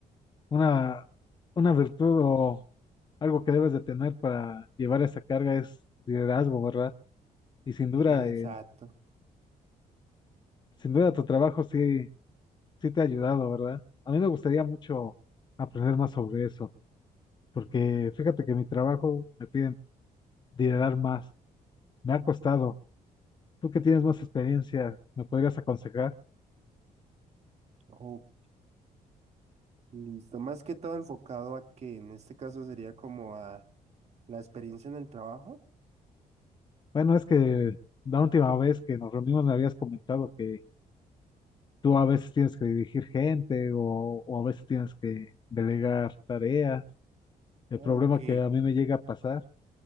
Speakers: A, on the left; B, on the right.
A: una, una virtud o algo que debes de tener para llevar esa carga es liderazgo, ¿verdad? Y sin duda,
B: Exacto.
A: eh, sin duda tu trabajo sí, sí te ha ayudado, ¿verdad? A mí me gustaría mucho aprender más sobre eso, porque fíjate que mi trabajo me piden liderar más. Me ha costado Tú que tienes más experiencia, ¿me podrías aconsejar?
B: Ok, listo. Más que todo enfocado a que en este caso sería como a la experiencia en el trabajo.
A: Bueno, es que la última vez que nos reunimos me habías comentado que tú a veces tienes que dirigir gente o, o a veces tienes que delegar tareas. El
B: Ok.
A: problema que a mí me llega a pasar